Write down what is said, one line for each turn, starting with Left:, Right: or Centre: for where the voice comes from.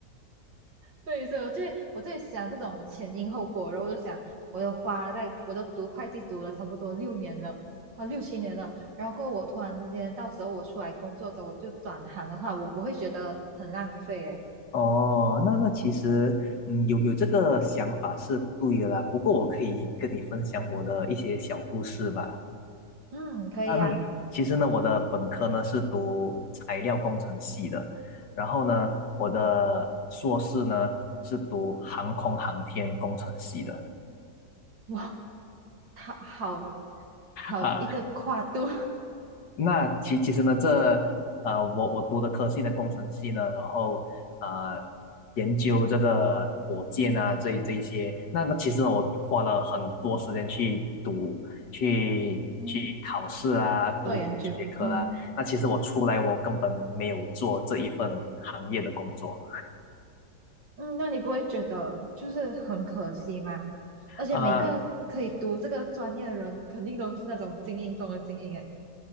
Right: 对，所以我就我就在想这种前因后果，然后我就想，我的花在我都读会计读了差不多六年了，啊六七年了，然后过后我突然之间，到时候我出来工作的时候，我就转行的话，我我会觉得很浪费诶。
Left: 哦，那那其实，嗯，有有这个想法是对的啦。不过我可以跟你分享我的一些小故事吧。
Right: 嗯，可以啊，
Left: 啊，那其实呢，我的本科呢是读材料工程系的，然后呢，我的硕士呢是读航空航天工程系的。
Right: 哦哇，好好好一个跨度
Left: 啊
Right: <laughs>
Left: 那其其实呢，这呃，我我读的科系呢，工程系呢，然后呃，研究这个火箭啊，这这一些，那那其实呢我花了很多时间去读，去去考试啊，
Right: 嗯
Left: 读学科啦。
Right: 做研究，嗯，
Left: 那其实我出来，我根本没有做这一份行业的工作。
Right: 嗯，那你不会觉得就是很可惜吗？而且每个可以读这个专业的人，
Left: 呃，
Right: 肯定都是那种精英中的精英诶。